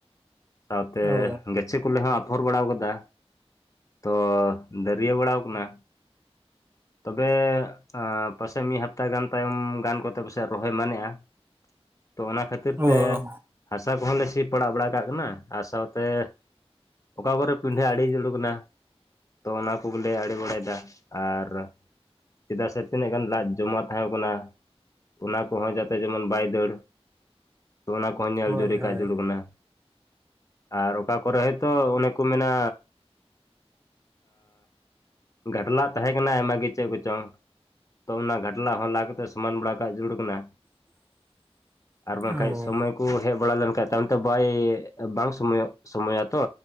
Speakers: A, on the left (about 30°); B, on the right (about 20°).
A: ᱥᱟᱶᱛᱮ
B: ᱚ
A: ᱜᱟᱪᱷᱤ ᱠᱚᱞᱮ ᱦᱚᱸ ᱟᱯᱷᱚᱨ ᱵᱟᱲᱟ ᱠᱟᱫᱟ ᱛᱚ ᱫᱟᱹᱨᱭᱟᱹ ᱵᱟᱲᱟᱣ ᱠᱟᱱᱟ ᱛᱚᱵᱮ ᱯᱟᱥᱮ ᱢᱤᱫ ᱦᱟᱯᱛᱟ ᱜᱟᱱ ᱛᱟᱭᱚᱢ ᱜᱟᱱ ᱠᱚᱜ ᱯᱟᱥᱮ ᱨᱚᱦᱚᱭ ᱢᱟᱱᱮᱜᱼᱟ ᱛᱚ ᱚᱱᱟ ᱠᱷᱟᱹᱛᱤᱨ ᱠᱷᱟᱹᱛᱤᱨ
B: ᱚ
A: ᱛᱮ ᱦᱟᱥᱟ ᱠᱚᱦᱚᱸ ᱞᱮ ᱥᱤ ᱯᱟᱲᱟᱣ ᱵᱟᱲᱟ ᱠᱟᱜ ᱠᱟᱱᱟ ᱟᱨ ᱥᱟᱶᱛᱮ ᱚᱠᱟ ᱠᱚᱨᱮ ᱯᱤᱰᱷᱟᱹ ᱟᱲᱮ ᱧᱩᱹᱲᱷᱩ ᱠᱟᱱᱟ ᱛᱚ ᱚᱱᱟ ᱠᱚᱜᱮᱞᱮ ᱟᱲᱮ ᱵᱟᱲᱟᱭ ᱮᱫᱟ ᱟᱨ ᱪᱮᱫᱟᱜ ᱥᱮ ᱛᱤᱱᱟᱹᱜ ᱜᱟᱱ ᱫᱟᱜ ᱡᱚᱢᱟ ᱛᱟᱦᱮᱸ ᱠᱟᱱᱟ ᱚᱱᱟ ᱠᱚᱦᱚᱸ ᱡᱟᱛᱮ ᱡᱮᱢᱚᱱ ᱵᱟᱭ ᱫᱟᱹᱲ ᱚᱱᱟ ᱠᱚᱦᱚᱸ ᱧᱮᱞ
B: ᱦᱳᱭ
A: ᱡᱩᱨᱤ
B: ᱦᱳᱭ
A: ᱠᱟᱜ ᱡᱟᱹᱨᱩᱲ ᱠᱟᱱᱟ᱾ ᱟᱨ ᱚᱠᱟ ᱠᱚᱨᱮ ᱦᱚᱭᱛᱚ ᱚᱱᱮ ᱠᱚ ᱢᱮᱱᱟ ᱜᱷᱟᱴᱞᱟ ᱛᱟᱦᱮᱸ ᱠᱟᱱᱟ ᱟᱭᱢᱟ ᱜᱮ ᱪᱮᱫ ᱠᱚᱪᱚᱝ ᱛᱚ ᱚᱱᱟ ᱜᱷᱟᱴᱞᱟ ᱦᱚᱸ ᱞᱟ ᱠᱟᱛᱮ ᱥᱚᱢᱟᱱ ᱵᱟᱲᱟ ᱠᱟᱜ ᱡᱩᱨᱩᱲ ᱠᱟᱱᱟ
B: <inaudible>
A: ᱟᱨ ᱵᱟᱝᱠᱷᱟᱡ
B: ᱚ
A: ᱥᱚᱢᱚᱭ ᱠᱚ ᱦᱮᱡ ᱵᱟᱲᱟ ᱞᱮᱱᱠᱟᱱᱡ ᱛᱟᱭᱚᱢᱛᱮᱚ ᱵᱟᱭ ᱵᱟᱝ ᱥᱚᱢᱚᱭᱚᱜ ᱥᱚᱢᱚᱭᱟᱛᱚ